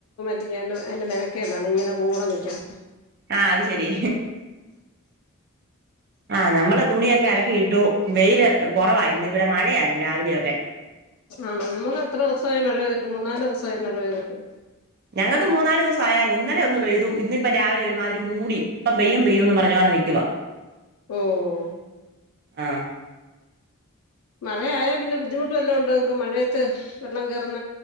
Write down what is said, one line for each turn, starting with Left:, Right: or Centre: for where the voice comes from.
Left: ണ്ട് അതിന്റെ മെനക്കേടാണ് ഇങ്ങനെ കൂടെ നിക്കും.
Right: ആഹ് അത് ശരി ആഹ് നമ്മള് തുണിയൊക്കെ
Left: പിന്നെ
Right: അലക്കിയിട്ടു വെയില് കുറവായി ഇന്ന് ഇവിടെ മഴയായിരുന്നു. രാവിലെയൊക്കെ.
Left: ആണ് നമുക്ക് എത്ര ദിവസമായി മഴ പെയ്തിട്ട് മൂന്നാല് ദിവസമായി മഴ പെയ്തിട്ട്.
Right: ഞങ്ങൾക്ക് മൂന്നാല് ദിവസം ആയാര്ന്നു ഇന്നെലെ ഒന്ന് പെഴുതു ഇന്ന് ഇപ്പം രാവിലെ ഒരുമാതിരി മൂടി ഇപ്പം പെയ്യും പെയ്യും എന്ന് പറഞ്ഞങ്ങ് നിക്കുവാ. <inaudible>
Left: ഉം ഉം..
Right: ആഹ്
Left: മഴയായൽ പിന്നെ ബുദ്ധിമുട്ട് വല്ലതും ഉണ്ടോ ചോയ്ക്കും മഴയത്ത് വെള്ളം കെ